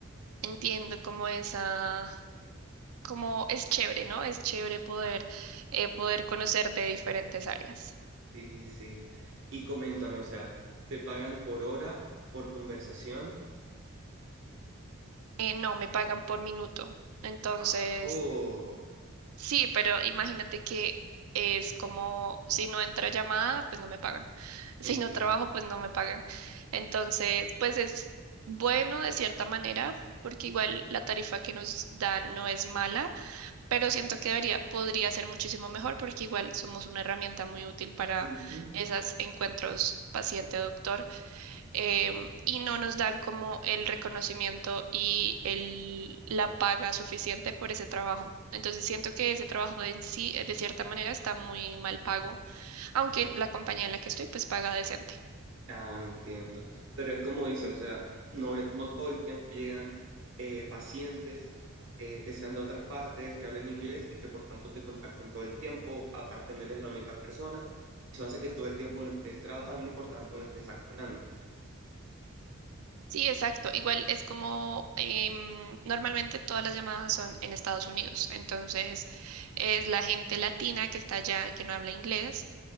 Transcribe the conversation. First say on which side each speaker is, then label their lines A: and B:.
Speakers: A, on the right; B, on the right.
A: entiendo como esa como es chévere, ¿no? Es chévere poder, eh, poder conocer de diferentes áreas.
B: Sí, sí. Y coméntame, o sea, ¿te pagan por hora, por conversación?
A: Eh, no, me pagan por minuto. Entonces,
B: Ajo,
A: sí, pero imagínate que es como si no entra llamada, pues no me pagan. <laughs> Si
B: entiendo.
A: no trabajo, pues no me pagan. Entonces, pues es bueno de cierta manera, porque igual la tarifa que nos dan no es mala, pero siento que debería, podría ser muchísimo mejor porque igual somos una herramienta muy útil para
B: Ujú.
A: esos encuentros paciente-doctor em, y no nos dan como el reconocimiento y el, la paga suficiente por ese trabajo. Entonces siento que ese trabajo en sí, eh, de cierta manera, está muy mal pago, aunque la compañía en la que estoy pues paga decente.
B: Ah, entiendo. Pero es como dice, o sea, no es, no todo el tiempo llegan eh, pacientes eh, que sean de otras partes, que hablen inglés y que por tanto te contacten todo el tiempo. Aparte, no eres la única persona. Eso hace que todo el tiempo no estés trabajando y por tanto no estés facturando.
A: Sí, exacto. Igual es como em, normalmente todas las llamadas son en Estados Unidos, entonces es la gente latina que está allá, que no habla inglés